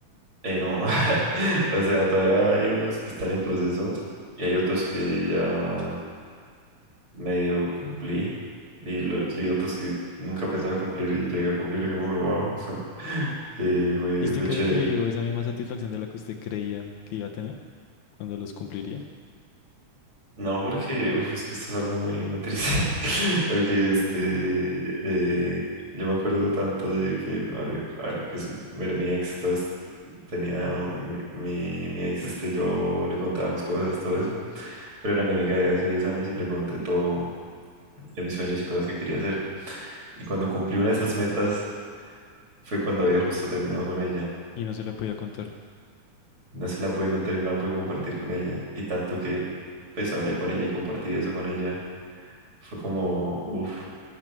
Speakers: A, on the right (about 40°); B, on the left (about 75°).
A: Eh, no, <laughs> o sea, todavía hay unos que están en proceso y hay otros que ya medio cumplí y, lo- y hay otros que nunca pensaba cumplir y llegué a cumplir y fue como, wow, <laughs> eh, fue,
B: ¿Y usted
A: fue
B: cree
A: chévere.
B: que dio esa misma satisfacción de la que usted creía que iba a tener cuando los cumpliría?
A: No, porque uf, es que esto es algo muy, muy triste, <laughs> porque este, eh, yo me acuerdo tanto de que, a ver, a ver, pues, bueno, mi ex Tenía un- mi, mi ex, este, yo le contaba mis cosas, todo eso, pero era mi amiga de hace 10 años y le conté todo de mis sueños y cosas que quería hacer. Y cuando cumplí una de esas metas fue cuando había justo terminado con ella.
B: Y no se la podía contar.
A: No se la pude contar y no la pude compartir con ella. Y tanto que pues hablé con ella y compartí eso con ella, fue como, uff,